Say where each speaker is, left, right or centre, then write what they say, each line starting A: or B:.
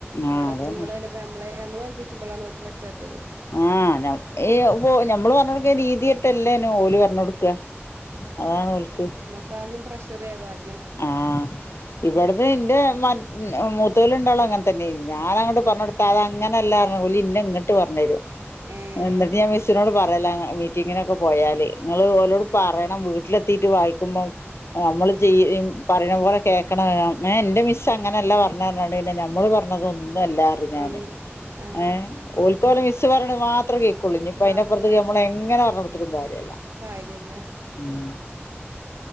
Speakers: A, on the right; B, on the left.
A: ഇവിടെ
B: ആഹ് അതന്നെ
A: എത്തുമ്പളല്ലേ പ്പ ഞമ്മളെ ഞമ്മള് പൽപ്പിച്ചുമ്പോളാണ് ഓൽക്ക് പറ്റാത്തത്.
B: ആഹ് ഞമ് ഏഹ് പോ നമ്മള് പറഞ്ഞൊടുക്കണ രീതി ട്ടെല്ലേന് ഓല് പറഞ്ഞ് കൊടുക്ക അതാണ് ഓൽക്ക്.
A: ക്കാങ്ങ് പ്രഷറ് കേറും ആദ്യ
B: ആഹ് ഇവിടുത് എന്റെ മൻ ഏഹ് മൂത്തവല് രണ്ടാളും അങ്ങനെത്തന്നെ ഞാനങ്ങട്ട് പറഞ്ഞടുത്ത
A: ആഹ്
B: അതങ്ങനല്ല പറഞ് ഓള് ഇന്ന ഇങ്ങട്ട് പറഞ്ഞു തരും
A: ഏഹ്
B: എന്നിട് ഇത് ഞാൻ മിസ്സിനോട് പറയല്ല അങ്ങ് മീറ്റിങ്ങിനൊക്കെ പോയാല് നിങ്ങള് ഓലോട്
A: ആഹ്
B: പറയണം വീട്ടിലെത് ത്തിട്ട് വായിക്കുമ്പോ നമ്മള് ചെയ്യ് ഇ ഇമ് പറയണ പോലെ കേക്കണണം ഏഹ് എൻ്റെ മിസ് അങ്ങനെ അല്ലാ പറഞ്ഞന്ന്ണ്ട് പിന്നെ ഞമ്മള് പറഞ്ഞത് ഒന്നും അല്ല റിം ക്ക്‌ ഞാന്
A: ഒന്ന് ആഹ്
B: ഏഹ്
A: ആഹ്
B: ഓൽക്ക്‌ ഓലെ മിസ് പറയണത് മാത്രേ കേക്കുള്ളൂ ഇഞ്ഞിപ്പ
A: മാത്രം
B: അതിനപ്പുറത്തേക്ക്‌
A: കേട്ടാ
B: ഞമ്മളെങ്ങനെ പറഞ്ഞ് കൊടുത്തിട്ടും കാര്യല്ല.
A: കാര്യല്ല.
B: ഉം